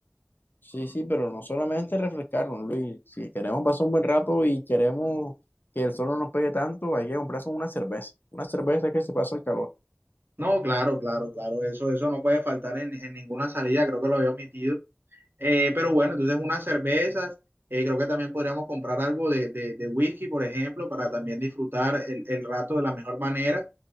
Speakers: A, on the left; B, on the right.
A: Sí, sí, pero no solamente refrescarnos, Luis. Si queremos pasar un buen rato y queremos que el sol no nos pegue tanto, hay que comprarse una cerveza. Una cerveza que se pasa el calor.
B: No, claro, claro, claro, eso, eso no puede faltar en, en ninguna salida, creo que lo había omitido. Eh, pero bueno, entonces unas cervezas, eh, creo que también podríamos comprar algo de, de, de whisky, por ejemplo, para también disfrutar el, el rato de la mejor manera.